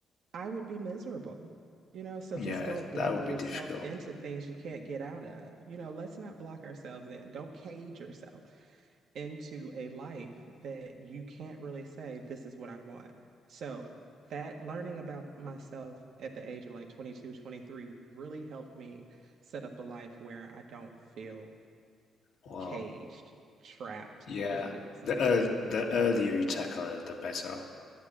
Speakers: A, on the right; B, on the left.
A: i would be miserable you know so
B: yeah,
A: just don't block
B: that would
A: yourself
B: be difficult.
A: into things you can't get out of you know let's not block ourselves in don't cage yourself into a life that you can't really say, this is what I want. So that learning about myself at the age of like 22, 23 really helped me set up a life where I don't feel
B: Wow.
A: caged, trapped,
B: Yeah,
A: if you get what I'm saying.
B: the ear the earlier you tackle it, the better.